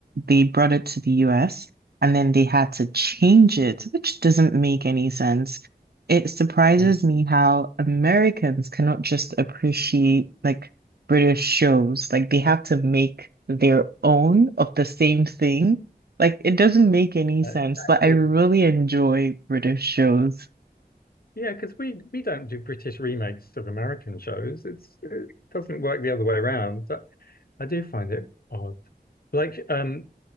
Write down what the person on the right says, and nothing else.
they brought it to the US and then they had to change it, which doesn't make any sense. It surprises
me how Americans cannot just appreciate like British shows. Like they have to make their own of the same thing. Like it doesn't make any
sense, but I really enjoy British shows.